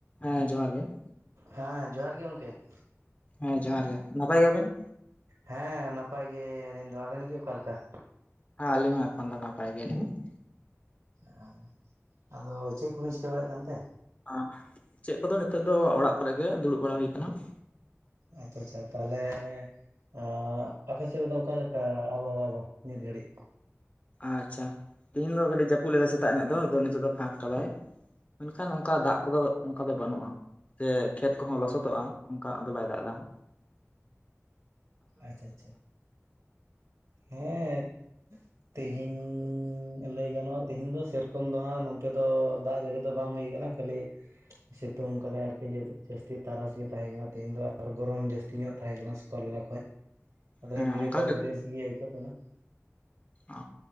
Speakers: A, on the left (about 30°); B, on the right (about 85°).
A: ᱦᱮᱸ ᱡᱚᱦᱟᱨ ᱜᱮ ᱾
B: ᱦᱮᱸ ᱡᱚᱦᱟᱨ ᱜᱮ ᱜᱚᱝᱠᱮ ᱾
A: ᱦᱮᱸ ᱡᱚᱦᱟᱨ ᱜᱮ ᱱᱟᱯᱟᱭ ᱜᱮᱭᱟᱵᱤᱱ ᱾
B: ᱦᱮᱸ ᱱᱟᱯᱟᱭ ᱜᱮ ᱟᱹᱞᱤᱧ ᱫᱚ ᱟᱵᱤᱱ ᱜᱮ ᱚᱠᱟᱞᱮᱠᱟ ᱾
A: ᱦᱮᱸ ᱟᱹᱞᱤᱧ ᱦᱚᱸ ᱮᱠᱷᱚᱱ ᱫᱚ ᱱᱟᱯᱟᱭ ᱜᱮᱭᱟᱞᱤᱧ ᱾
B: ᱦ ᱟᱫᱚ ᱪᱮᱫ ᱠᱚᱰᱤᱱ ᱪᱤᱠᱟᱹ ᱵᱟᱲᱟᱭᱮᱫ ᱠᱟᱱ ᱛᱟᱦᱮᱸ?
A: ᱟ ᱪᱮᱫ ᱠᱚᱫᱚ ᱱᱤᱛᱚᱜ ᱫᱚ ᱚᱲᱟᱜ ᱠᱚᱨᱮ ᱜᱮ ᱫᱩᱲᱩᱵ ᱵᱟᱲᱟ ᱦᱩᱭ ᱟᱠᱟᱱᱟ ᱾
B: ᱟᱪᱪᱷᱟ ᱟᱪᱪᱷᱟ ᱛᱟᱦᱞᱮ ᱮ ᱟᱯᱮ ᱥᱮᱫᱫᱚ ᱚᱠᱟᱞᱮᱠᱟ ᱟᱵᱚᱦᱟᱣᱟ ᱫᱚ ᱱᱤᱛ ᱜᱷᱟᱹᱲᱤᱡ?
A: ᱟᱪᱪᱷᱟ ᱛᱤᱦᱤᱧ ᱫᱚ ᱡᱟᱹᱯᱩᱫ ᱞᱮᱫᱟᱭ ᱥᱮᱛᱟᱜ ᱧᱚᱜ ᱫᱚ ᱟᱫᱚ ᱱᱤᱛᱚᱜ ᱫᱚ ᱯᱷᱟᱸᱠ ᱠᱟᱫᱟᱭ ᱾ ᱢᱮᱱᱠᱷᱟᱱ ᱚᱱᱠᱟ ᱫᱟᱜ ᱠᱚᱫᱚ ᱚᱱᱠᱟ ᱫᱚ ᱵᱟᱹᱱᱩᱜᱼᱟ ᱾ ᱥᱮ ᱠᱷᱮᱛ ᱠᱚᱦᱚᱸ ᱞᱚᱥᱚᱫᱚᱜᱼᱟ ᱚᱱᱠᱟ ᱫᱚ ᱵᱟᱭ ᱫᱟᱜ ᱮᱫᱟ ᱾
B: ᱟᱪᱪᱷᱟ ᱟᱪᱪᱷᱟ ᱦᱮᱸ ᱛᱮᱦᱮᱧ ᱞᱟᱹᱭ ᱜᱟᱱᱚᱜᱼᱟ ᱛᱦᱤᱧ ᱫᱚ ᱥᱮᱨᱚᱠᱚᱢ ᱫᱚ ᱦᱟᱸᱜ ᱱᱚᱱᱛᱮ ᱫᱚ ᱫᱟᱜ ᱡᱟᱹᱲᱤ ᱫᱚ ᱵᱟᱝ ᱦᱩᱭ ᱠᱟᱱᱟ ᱠᱷᱟᱹᱞᱤ ᱥᱤᱛᱩᱝ ᱠᱟ ᱠᱟᱛᱮ ᱟᱨᱠᱤ ᱡᱟᱹᱥᱛᱤ ᱥᱤᱛᱩᱝ ᱠᱟᱫᱟᱭ ᱟᱨᱠᱤ ᱡᱟᱥᱛᱤ ᱛᱟᱨᱟᱥ ᱜᱮ ᱛᱟᱦᱮᱸ ᱠᱟᱱᱟ ᱛᱮᱦᱮᱧ ᱫᱚ ᱟᱨ ᱜᱚᱨᱚᱢ ᱡᱟᱹᱥᱛᱤ ᱧᱚᱜ ᱛᱟᱦᱮᱸ ᱠᱟᱱᱟ ᱥᱚᱠᱟᱞ ᱵᱮᱞᱟ ᱠᱷᱚᱡ ᱟᱫᱚ
A: ᱦᱮᱸ
B: ᱱᱤᱛ ᱜᱷᱟᱹᱲᱤᱡ
A: ᱚᱱᱠᱟ
B: ᱫᱚ ᱵᱮᱥ ᱜᱮ ᱟᱹᱭᱠᱟᱹᱜ ᱠᱟᱱᱟ ᱾
A: ᱚ